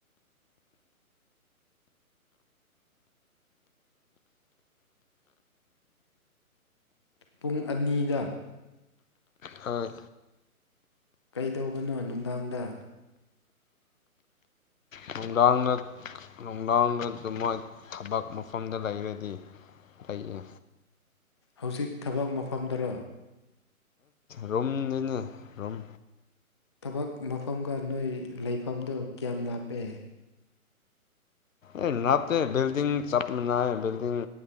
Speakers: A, on the left (about 20°); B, on the left (about 60°).
A: ꯄꯨꯡ ꯑꯅꯤꯗ
B: ꯍꯣꯏ
A: ꯀꯩꯗꯧꯕꯅꯣ ꯅꯨꯡꯗꯥꯡꯗ
B: ꯅꯨꯡꯗꯥꯡꯗ ꯅꯨꯡꯗꯥꯡꯗ ꯑꯗꯨꯃ ꯊꯕꯛ ꯃꯐꯝꯗ ꯂꯩꯔꯗꯤ ꯂꯩꯌꯦ
A: ꯍꯧꯖꯤꯛ ꯊꯕꯛ ꯃꯐꯝꯗꯔꯣ
B: ꯔꯣꯝ ꯅꯅ ꯔꯣꯝ
A: ꯊꯕꯛ ꯃꯐꯝꯒ ꯅꯣꯏ ꯂꯩꯐꯝꯗꯨ ꯀꯌꯥꯝ ꯂꯥꯞꯄꯦ
B: ꯑꯦ ꯅꯥꯞꯇ ꯕꯤꯜꯗꯤꯡ ꯆꯞꯅ ꯜꯗꯤꯡ